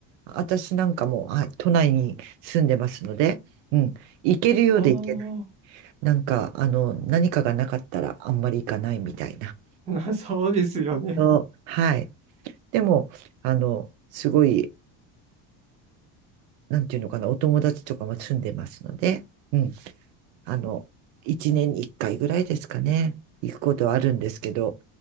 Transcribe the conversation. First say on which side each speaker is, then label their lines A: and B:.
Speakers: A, on the right; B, on the right.
A: あ、私なんかも、はい、都内に住んでますので、うん、行けるようで行けない。
B: ああ、
A: なんか、あの、何かがなかったらあんまり行かないみたいな。
B: <laughs> な、そうですよね。
A: そうはい。でも、あの、すごい、なんていうのかな、お友達とかも住んでますので、うんあの、一年に一回ぐらいですかね、行くことはあるんですけど、